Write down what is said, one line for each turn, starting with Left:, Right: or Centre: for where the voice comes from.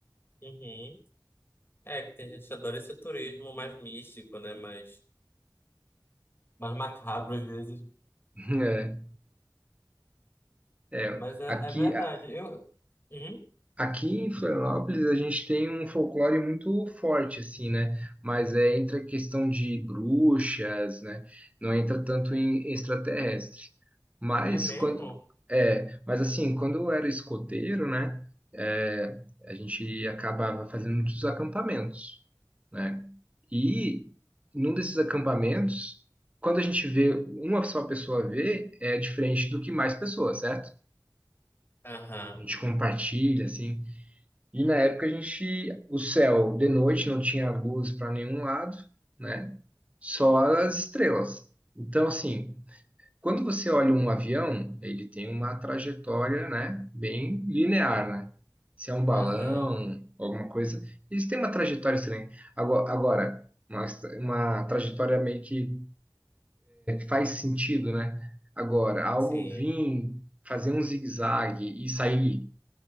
Left: Uhum. É, que tem gente que adora esse turismo mais místico, né, mais, mais macabro às vezes.
Right: É, é,
Left: Mas é,
Right: aqui,
Left: é verdade.
Right: a-
Left: Eu... Uhum.
Right: aqui em Florianópolis a gente tem um folclore muito forte, assim, né? Mas é, entra a questão de bruxas, né? Não entra tanto em extraterrestre. Mas
Left: É mesmo?
Right: quando é, mas assim, quando eu era escoteiro, né? É, a gente acabava fazendo muitos acampamentos né? E num desses acampamentos, quando a gente vê, uma só pessoa vê, é diferente do que mais pessoas, certo?
Left: Aham,
Right: A gente compartilha, assim. E na época a gente, o céu de noite não tinha luz para nenhum lado, né? Só as estrelas. Então, assim, quando você olha um avião, ele tem uma trajetória, né? Bem linear, né? Se é um balão,
Left: aham.
Right: alguma coisa, eles têm uma trajetória estranha. Agora, agora uma, uma trajetória meio que faz sentido, né? Agora, algo
Left: Sim.
Right: vir fazer um zigue-zague e sair